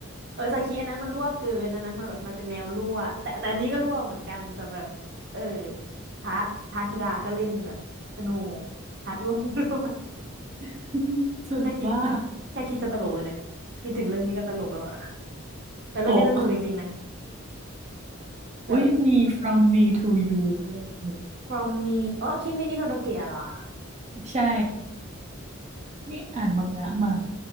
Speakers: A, on the right; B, on the right.
A: เออสกีอันนั้นมันรั่วเกินอันนั้นมันแบบมันเป็นแนวรั่วแต่แต่อันนี้ก็รั่วเหมือนกันแต่แบบเออพาร์ทพาร์ทกีฬาก็เล่นแบบสนุกพาร์ท <laughs> รั่วก็รั่ว
B: <laughs>
A: เออแค่คิดแค่แค่คิดก็ตลกเลยเนี่ยคิดถึงเรื่องนี้ก็ตลกแล้วอะ
B: จะบ้า
A: แต่เรื่องนี้สนุกจริงๆนะ
B: โอ้
A: แบบ
B: อุ้ยมี from me to you ด้วยโอ้โห
A: From Me อ๋อคิมมินิโทโดเกะเหรอ
B: ใช่ นี่อ่านมังงะมา